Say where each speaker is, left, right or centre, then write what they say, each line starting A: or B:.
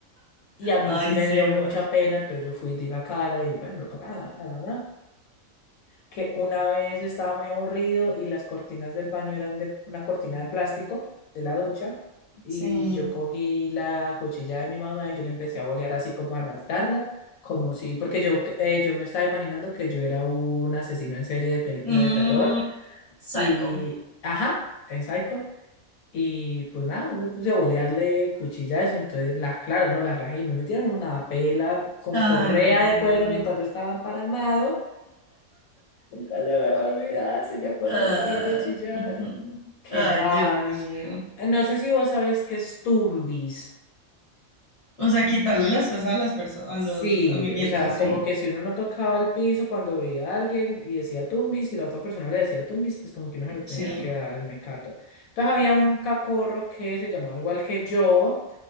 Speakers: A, on the left; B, on the left.
A: y a mí
B: ay,
A: sí me
B: Sebas.
A: dio mucha pena, entonces yo fui y di la cara, y bueno, lo pagaba, nada, nada que una vez estaba muy aburrido y las cortinas del baño eran de una cortina de plástico de la ducha y
B: Sí.
A: yo cogí la cuchilla de mi mamá y yo le empecé a bolear así como a rasgarla, como si, porque yo, eh, yo me estaba imaginando que yo era un asesino en serie de película
B: Mm,
A: de terror
B: psycho.
A: y, ajá, es Psycho. Y pues nada, me puse a bolearle cuchilla a eso, entonces las, claro, no las rajé y me metieron una pela con
B: Ay,
A: correa
B: no.
A: de cuero mientras yo estaba emparamado. Nunca se me va a olvidar, si me acuerdo
B: Ah,
A: me da ganas de chillar.
B: ujú.
A: ¿Qué
B: ay,
A: más?
B: Dios mío.
A: No sé si vos sabes qué es Tumbis.
B: O sea, quitarle las cosas a las personas, a
A: Sí,
B: los amiguitos,
A: o sea, como
B: sí.
A: que si uno no tocaba el piso cuando veía a alguien y decía tumbis y la otra persona le decía tumbis, pues como que uno se le tenía
B: Sí,
A: que dar el mecato. Entonces había un cacorro que se llamaba igual que yo,